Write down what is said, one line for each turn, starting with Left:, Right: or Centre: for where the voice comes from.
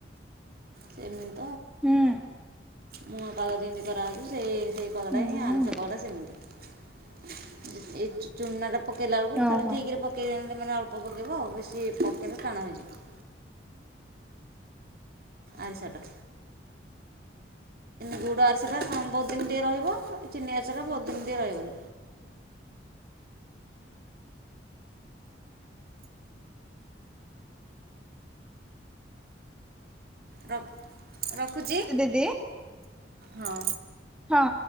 Right: ସେମିତ୍
Centre: ହୁଁ।
Right: ମୁୂଆଁ ପାଗ ଯେମିତି କରାହଉଛି ସେ ସେଇ ପଗଟା
Centre: ହୁଁ
Right: ହିଁ ଆରିସା ପାଗଡ଼ା ସେମିତି। ଏଇ ଚୁନା ଟା ପକେଇଲା ବେଳକୁ
Centre: ଓହୋ
Right: ଖାଲି ଠିକ ରେ କେଇ ଯେମିତି ମାନେ ଅଳ୍ପ ପକେଇବ ଆଉ ବେଶୀ ପକେଇଲେ ଟାଣ ହୋଇଯିବ। ଆରିସାଟା ଗୁଡ଼ ଆରିସାଟା ବହୁତ ଦିନ୍ ଟିକେ ରହିବ ଚିନି ଆରିସାଟା ବହୁତ ଦିନ୍ ଟିକେଏ ରହିବନି। ର ରଖୁଛି
Centre: ଦିଦି
Right: ହଁ।
Centre: ହଁ